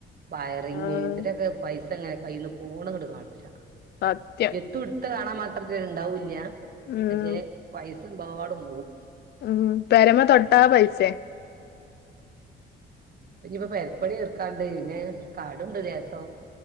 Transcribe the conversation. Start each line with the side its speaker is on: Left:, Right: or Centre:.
Right: വയറിങ്
Left: ആഹ്
Right: ഇതിനലൊക്കെ പൈസാ ഇങ്ങനെ കയ്യിന്ന് പോണൊങ്ങട്ട് കാണൂല്ലാ
Left: സത്യം
Right: <unintelligible>
Left: ഉം
Right: പശെ പൈസാ പാട് പോം
Left: ഉം പെരാമ തൊട്ടാ പൈസായാ
Right: പിന്നെ ഇപ്പം പെരപ്പണി നിർ കണ്ട് പിന്നെ കാടുണ്ട് രെസം